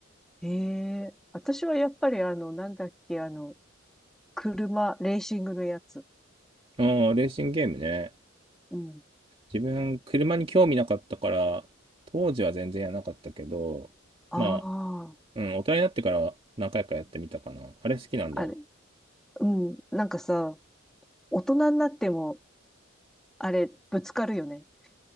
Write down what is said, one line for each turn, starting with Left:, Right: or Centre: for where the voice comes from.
Centre: ー。ええ私はやっぱりあの、なんだっけ、あの、車、レーシングのやつ。
Right: あーレーシングゲームね
Centre: うん。
Right: 自分車に興味なかったから当時は全然やらなかったけどまあ、
Centre: ああ、
Right: うん、大人になってから何回かやってみたかなあれ好きなんだ
Centre: あれ。うん。なんかさ、大人になっても、あれ、ぶつかるよね。